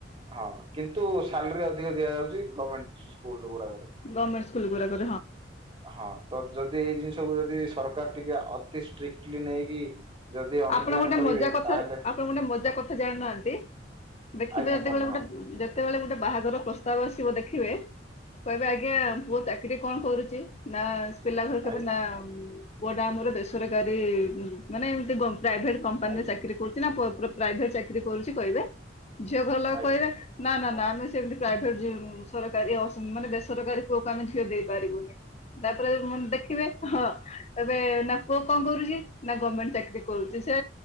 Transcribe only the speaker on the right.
ହଁ କିନ୍ତୁ ସାଲରୀ ଅଧିକ ଦିଆଯାଉଛି ଗଭର୍ଣମେଣ୍ଟ ସ୍କୁଲ ଗୁରାକରେ।
ହଁ ତ ଯଦି ଏଇ ଜିନିଷକୁ ଯଦି ସରକାର ଟିକେ ଅତି ଷ୍ଟ୍ରିକ୍ଟଲି ନେଇକି ଯଦି ଅନୁଧ୍ୟାନ
କରିବେ
ତାହେଲେ
ଆଜ୍ଞା
କୁହନ୍ତୁ
ହଁ
ଆଜ୍ଞା
ଆଜ୍ଞା
ଆଜ୍ଞା
ହୁଁ,